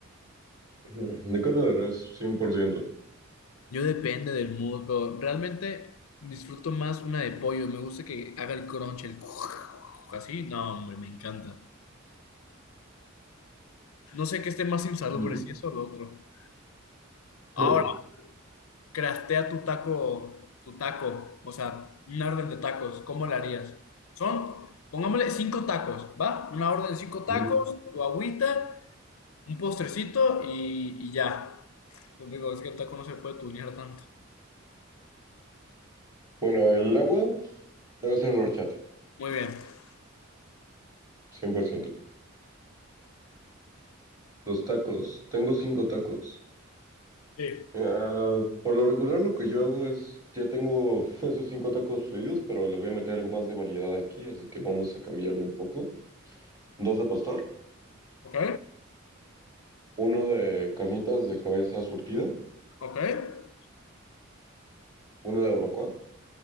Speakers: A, on the right (about 15°); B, on the left (about 85°).
A: <laughs> De carne de res, 100%.
B: Yo depende del mood, pero realmente disfruto más una de pollo. Me gusta que haga el crunch, el <laughs> así. No, hombre, me encanta. No sé qué esté más insalubre,
A: Ujú.
B: si eso o lo otro. Ahora,
A: <laughs>
B: craftea tu taco, tu taco, o sea, una orden de tacos, ¿cómo la harías? Son, pongámosle cinco tacos, ¿va? Una orden de cinco tacos,
A: Ujú.
B: tu agüita, un postrecito y, y ya. Pues digo, es que el taco no se puede tunear tanto.
A: Bueno, el agua debe ser de horchata,
B: Muy bien.
A: cien por ciento Los tacos, tengo cinco tacos.
B: Sí.
A: Ah, por lo regular lo que yo hago es, ya tengo <laughs> esos cinco tacos pedidos, pero le voy a meter algo más de variedad aquí, así que vamos a cambiarlo un poco. Dos de pastor,
B: Ok,
A: uno de carnitas de cabeza surtida,
B: ok.
A: uno de barbacoa